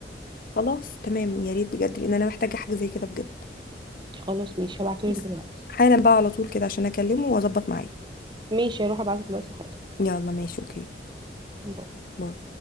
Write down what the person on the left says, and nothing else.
خلاص تمام يا ريت بجد لان انا محتاجه حاجه زي كده بجد
بس
حالا بقى على طول كده عشان اكلمه واظبط معاك
يلا ماشي اوكي
باي